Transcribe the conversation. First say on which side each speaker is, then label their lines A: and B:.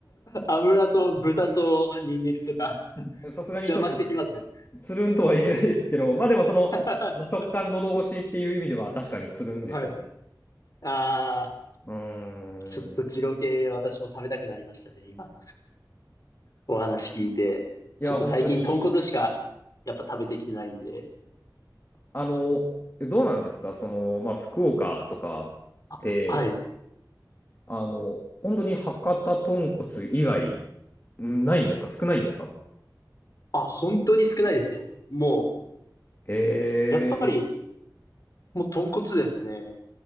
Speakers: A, on the left; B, on the left.
A: 油と豚とニンニクとか
B: さすがにちょっと
A: 邪魔してきますね。
B: つるんとはいけないですけど、まあでもその、
A: <laughs>
B: あの直感喉越しっていう意味では確かにつるんですよね。
A: はい。ああ、
B: うー
A: ちょっと二郎系私も食べたくなりましたね、
B: ん。
A: 今。お話聞いて。
B: いや、
A: ちょっと最近豚骨しかやっぱ食べてきてないんで。
B: 本当に、あの、どうなんですか、その、まあ福岡とかって、
A: あ、はい。
B: あの、本当に博多豚骨以外、んないんですか少ないんですか
A: あ、本当に少ないですよ。も
B: へえ、
A: う、やっぱり、もう豚骨ですね。